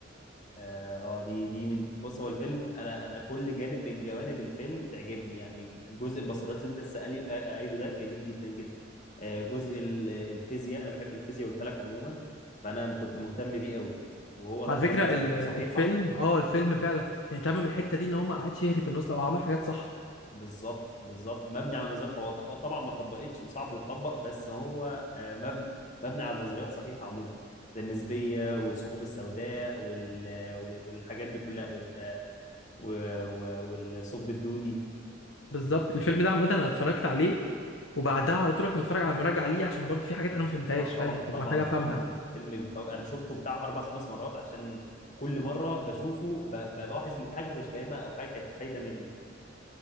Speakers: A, on the left (about 40°); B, on the left (about 75°).
A: اه آه، دي دي من بص هو الفيلم انا انا كل جانب من جوانب الفيلم تعجبني يعني جزء البصريات اللي انت لسه قالي- آه، قايله ده جميل جدا جدا آه، جزء ال- الفيزياء انا بحب الفيزياء والفلك عموما فانا كنت مهتم بيه قوي وهو دخل
B: على فكره
A: نظريات
B: ال... الفيلم
A: صحيحه
B: اه الفيلم فعلا اهتم الحته دي ان هو ما قعدش يهري في النص لو عمل حاجات صح
A: بالظبط بالظبط مبني على نظريات هو ط- آه، طبعا ما اتطبقتش وصعب تتطبق بس هو آه، مبني مبني على نظريات صحيحه عموما زي النسبيه والثقوب السوداء وال- وال- والحاجات دي كلها وال- و- و- والثقب الدودي
B: بالظبط الفيلم ده عامه انا اتفرجت عليه وبعدها على طول رحت متفرج على مراجعه ليه عشان برضه في حاجات انا ما فهمتهاش
A: آه
B: فاهم
A: طبعا
B: اللي كنت
A: طبعا
B: محتاج افهمها
A: ده فيلم فيلم بيفوق انا شفته بتاع اربع خمس مرات عشان كل مره بشوفه ب... بلاحظ ان في حاجه ما كنتش فاهمها او حاجه كانت فايته مني